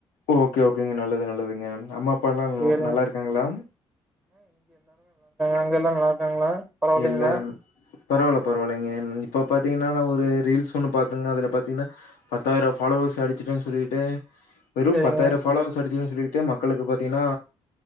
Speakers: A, on the left; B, in the centre.
A: ஓகே ஓகேங்க நல்லது நல்லதுங்க அம்மா அப்பா எல்லா
B: சேரிங்க
A: நல்லா இருக்காங்களா
B: அங்கெல்லாம்ங்கள ருக்காங்களா பரவால்லைங்களா
A: எல்லாரும் பரவால்ல பரவாயில்லைங்க இப்போ பாத்தீங்கன்னா நா ஒரு ரீல்ஸ் ஃபோனு பாத்துங்க அதுல பாத்தீங்ன்னா பத்தாயிரோ ஃபாலோவர்ஸ் அடிச்சிட்டேன்னு சொல்லிட்டு வெறு
B: சேரிங்க
A: பத்தாயிரோ ஃபாலோவர்ஸ் அடிச் சொல்லிக்கிட்டு மக்களுக்கு பாத்தீங்ன்னா